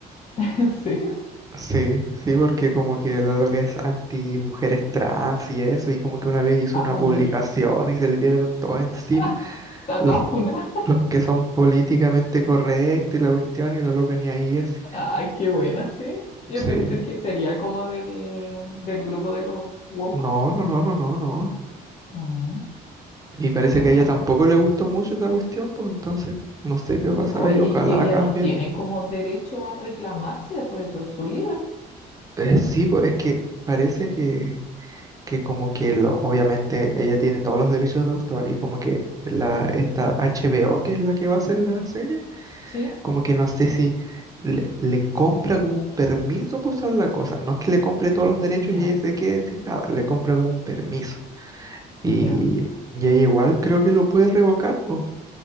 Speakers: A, on the left; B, on the right.
A: <laughs> ¿en serio?
B: Sí, sí, porque como que lo, lo que es anti mujeres trans y eso, y como que una vez hizo
A: Ah,
B: una publicación
A: ya.
B: y se le tiraron todo encima,
A: <laughs> Está
B: los,
A: toda funada.
B: los que son políticamente correctos y la cuestión, y lo loca ni ahí es.
A: Ah, qué buena, sí. Yo
B: Sí.
A: pensé que sería como del, del grupo de los woke.
B: No, no, no, no, no, no.
A: Mm,
B: Y parece
A: qué
B: que
A: buena,
B: a ella tampoco
A: sí.
B: le gustó mucho esa cuestión, pues entonces no sé qué va a pasar
A: Oye,
B: ahí, ojalá
A: y ella
B: cambien.
A: no tiene como derecho a reclamar si después de todo es su libro,
B: Eh, sí, pues es que parece que, que como que lo, obviamente ella tiene todos los derechos de autor y como que la esta HBO, que es la que va a hacer la serie,
A: ¿sí?
B: como que no sé si le, le compra como un permiso para usar la cosa. No es que le compre todos los derechos
A: Mm, Ya,
B: y ella se quede sin nada, le compra como un permiso. Y,
A: mm, ya.
B: y ella igual creo que lo puede revocar, pues.